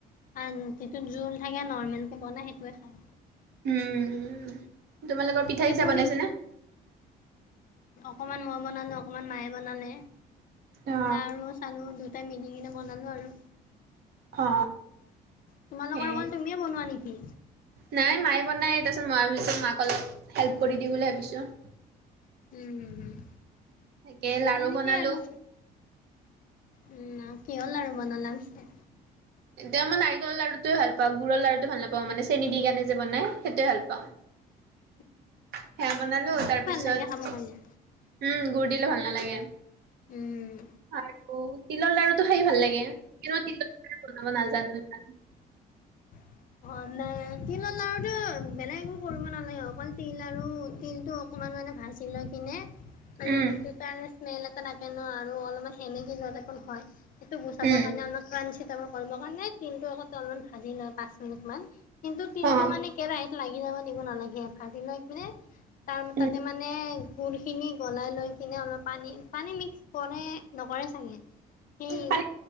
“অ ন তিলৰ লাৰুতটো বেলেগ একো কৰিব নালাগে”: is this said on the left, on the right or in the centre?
Left